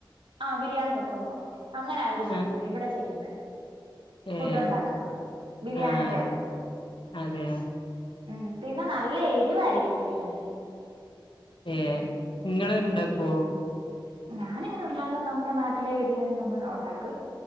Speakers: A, on the right (about 80°); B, on the left (about 75°).
A: ആ ബിരിയാണി വെക്കുമ്പം. അങ്ങനാവര് ചെയ്യുന്നെ
B: ആഹ്
A: ഇവടെ ചെയുന്നെ. ഫുഡ്
B: ഏഹ്
A: ഉണ്ടാക്കുമ്പം ബിരിയാണിക്ക്യാത്ത്.
B: ആഹ് അതെ
A: ഉം പിന്നാ നല്ല എരിവായിരിക്കും ബിരിയാണിക്ക്
B: ഏ നിങ്ങള് ഒണ്ടാക്കുവോ
A: ഉം ഞാനിവിടെ ഒണ്ടാക്കുന്ന നമ്മടെ നാട്ടിലെ ബിരിയാണി നമ്മള ഒണ്ടാക്കും